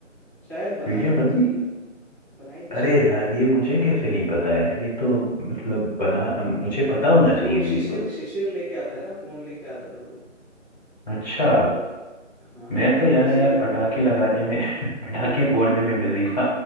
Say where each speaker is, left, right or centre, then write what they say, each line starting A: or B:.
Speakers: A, on the right (about 15°); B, on the left (about 35°).
A: शायद बनाई
B: वीडियो
A: तो
B: बनाई
A: थी
B: थी?
A: बनाई थी
B: अरे
A: शायद
B: यार ये मुझे कैसे नहीं पता यार ये तो मतलब बना मुझे पता होना चाहिए
A: वो शिशिर
B: थी ये बात
A: शिशिर लेके आता है ना फोन लेके आता था वो
B: अच्छा
A: तो हाँ
B: मैं तो यार
A: उसी
B: यार
A: के फोन
B: पटाखे
A: पे बनाई
B: लगाने
A: होगी
B: में <laughs> पटाखे फोड़ने में बिजी था